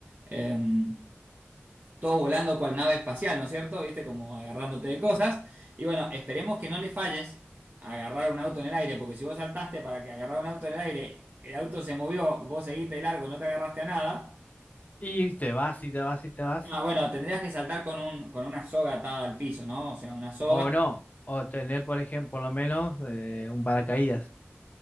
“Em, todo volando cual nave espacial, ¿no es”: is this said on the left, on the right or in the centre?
Right